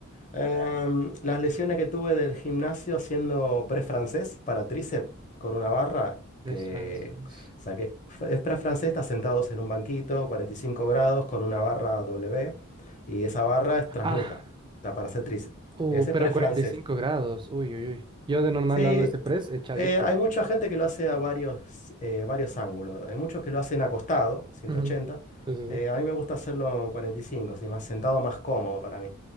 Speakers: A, on the left; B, on the right.
A: Em, las lesiones que tuve del gimnasio haciendo press francés para tríceps con una barra
B: Press
A: que
B: francés.
A: saqué. F- Es press francés, estás sentados en un banquito, 45 grados, con una barra W. Y esa barra es trasnuca,
B: Ah,
A: la para hacer tríceps.
B: uh,
A: Ese
B: pero
A: es press
B: a cuarenta
A: francés.
B: y cinco grados. Uy, uy, uy. Yo de normal
A: Sí,
B: hago ese press echadito.
A: eh, hay mucha gente que lo hace a varios, eh, varios ángulos. Hay muchos que lo hacen acostado, 180.
B: Ujú. Sí, sí,
A: Eh,
B: sí.
A: a mí me gusta hacerlo en 45, así más sentado, más cómodo para mí.